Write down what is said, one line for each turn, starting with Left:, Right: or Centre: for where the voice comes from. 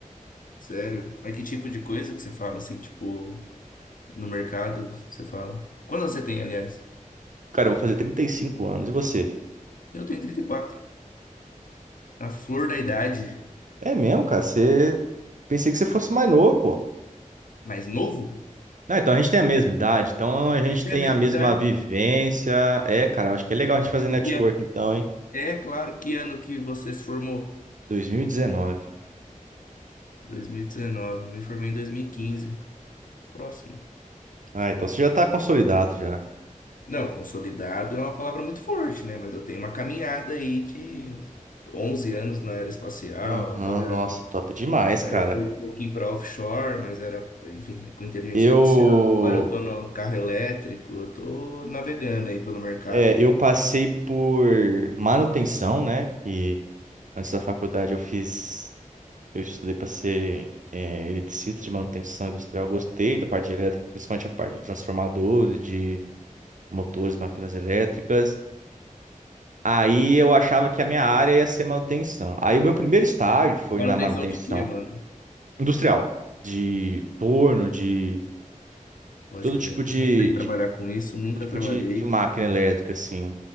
Left: Sério? Mas que tipo de coisa que você fala, assim, tipo, no mercado, você fala? Quantos você tem, aliás?
Right: Cara, eu vou fazer 35 anos. E você?
Left: Eu tenho 34. A flor da idade,
Right: É mesmo, cara? Você. Pensei que você fosse mais novo, pô.
Left: mais novo?
Right: Não, então a gente tem a mesma idade, então a gente
Left: A gente tem
Right: tem
Left: a mesma
Right: a mesma
Left: idade.
Right: vivência. É, cara, eu acho que é legal a gente fazer
Left: Em
Right: network
Left: que ano?
Right: então, hein?
Left: É claro, que ano que você se formou?
Right: 2019.
Left: 2019. Eu me formei em dois mil e quinze Próximo.
Right: Ah, então você já tá consolidado já.
Left: Não, consolidado é uma palavra muito forte, né? Mas eu tenho uma caminhada aí de 11 anos na aeroespacial.
Right: Aham,
Left: Agora,
Right: nossa, top demais,
Left: aí
Right: cara.
Left: eu fui um pouquinho para offshore, mas era, enfim, com inteligência
Right: Eu,
Left: artificial. Agora eu tô no carro elétrico, eu tô navegando aí pelo mercado
Right: é,
Left: aí.
Right: eu passei por manutenção, né? E antes da faculdade eu fiz, eu estudei para ser é, eletricista de manutenção industrial. Gostei da parte de elétrica, principalmente a parte de transformadores, de motores, máquinas elétricas. Aí eu achava que a minha área ia ser manutenção. Aí o meu primeiro estágio foi
Left: Manutenção
Right: na manutenção
Left: de quê, mano?
Right: industrial, de torno, de
Left: Pode
Right: todo
Left: crer.
Right: tipo de,
Left: Não sei trabalhar
Right: de- de-
Left: com isso, nunca
Right: todo tipo
Left: trabalhei.
Right: de, de máquina elétrica, assim.